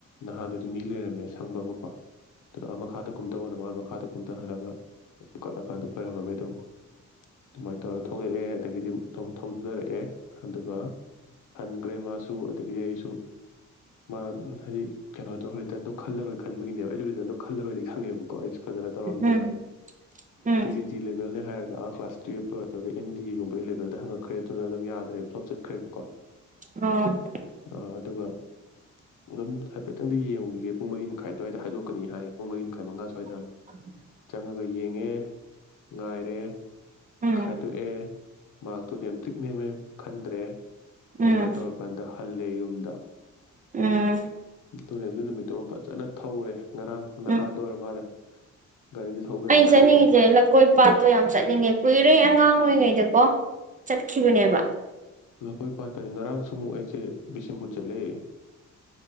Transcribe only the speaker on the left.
ꯅꯍꯥꯟꯗꯨꯗꯤ ꯃꯤ ꯂꯩꯔꯝꯃꯦ ꯑꯁꯪꯕ ꯑꯃꯀꯣ ꯑꯗꯨꯗ ꯑꯥ ꯃꯈꯥꯗ ꯀꯨꯝꯊꯧꯑꯣꯅ ꯃꯥꯅ ꯃꯈꯥꯗ ꯀꯨꯝꯊꯍꯜꯂꯒ ꯀꯠꯂꯀꯥꯟꯗ ꯈꯣꯏꯔꯝꯃꯝꯃꯦ ꯑꯗꯨꯝ ꯑꯗꯨꯃꯥꯏꯅ ꯇꯧꯔ ꯊꯣꯛꯂꯛꯑꯦ ꯑꯗꯒꯤꯗꯤ ꯊꯧꯗꯔꯛꯑꯦ ꯑꯗꯨꯒ ꯍꯟꯈ꯭ꯔꯦ ꯃꯥꯁꯨ ꯑꯗꯒꯤꯗꯤ ꯑꯩꯁꯨ ꯃꯥ ꯍꯥꯏꯗꯤ ꯀꯩꯅꯣꯗꯣ ꯔꯤꯇꯔꯟꯗꯣ ꯈꯜꯂꯔꯣꯏ ꯈꯟꯕꯒꯤꯅꯦꯕ ꯑꯩꯁꯨ ꯔꯤꯇꯔꯟꯗꯣ ꯈꯜꯂꯔꯣꯏꯗꯤ ꯈꯪꯉꯦꯕꯀꯣ ꯑꯩꯁꯨ ꯐꯖꯅ ꯇꯧꯔꯝꯗ꯭ꯔꯦꯕ
ꯇꯤꯖꯤ ꯊꯤ ꯂꯦꯕꯦꯜ ꯍꯥꯏꯔꯒ ꯀ꯭ꯂꯥꯁ ꯇꯨꯌꯦꯜꯞ ꯂꯣꯏꯔꯒ ꯑꯦ ꯗꯤ ꯑꯦꯒꯨꯝꯕꯒꯤ ꯂꯦꯕꯦꯜꯗ ꯍꯪꯉꯛꯈ꯭ꯔꯦ ꯑꯗꯨꯅ ꯑꯗꯨꯝ ꯌꯥꯗ꯭ꯔꯦꯕ ꯐꯂꯣꯞ ꯆꯠꯈ꯭ꯔꯦꯕꯀꯣ
ꯑꯥ ꯑꯗꯨꯒ ꯑꯗꯨꯝ ꯍꯥꯏꯐꯦꯠꯇꯪꯗꯤ ꯌꯦꯡꯉꯨꯈꯤꯒꯦ ꯄꯨꯡ ꯃꯔꯤ ꯃꯈꯥꯏ ꯑꯗꯨꯋꯥꯏꯗ ꯍꯥꯏꯗꯣꯛꯀꯅꯤ ꯍꯥꯏ ꯄꯨꯡ ꯃꯔꯤ ꯃꯈꯥꯏ ꯃꯉꯥ ꯁ꯭ꯋꯥꯏꯗ
ꯆꯪꯉꯒ ꯌꯦꯡꯉꯦ ꯉꯥꯏꯔꯦ
ꯈꯥꯏꯗꯣꯛꯑꯦ ꯃꯥꯛꯇꯣ ꯅꯦꯝꯇꯤꯛ ꯅꯦꯝꯃꯦ ꯈꯟꯗ꯭ꯔꯦ ꯑꯗꯨꯃꯥꯏꯅ
ꯇꯧꯔꯀꯥꯟꯗ ꯍꯜꯂꯦ ꯌꯨꯝꯗ
ꯇꯣꯏꯅ ꯑꯗꯨꯏ ꯅꯨꯃꯤꯠꯇꯨꯃ ꯐꯖꯅ ꯊꯧꯔꯦ ꯉꯔꯥꯡ ꯅꯍꯥꯟꯗ
ꯑꯣꯏꯔ ꯃꯥꯜꯂꯦ ꯒꯥꯔꯤꯗꯤ ꯊꯧꯕ
ꯌꯥꯕ
ꯊꯧꯔꯨꯔꯦ
ꯂꯧꯀꯣꯏ ꯄꯥꯠꯀꯅꯤ ꯉꯔꯥꯡꯁꯨ ꯑꯃꯨꯛ ꯑꯩꯁꯦ ꯕꯤꯁꯦꯝꯄꯨꯔ ꯆꯠꯂꯦ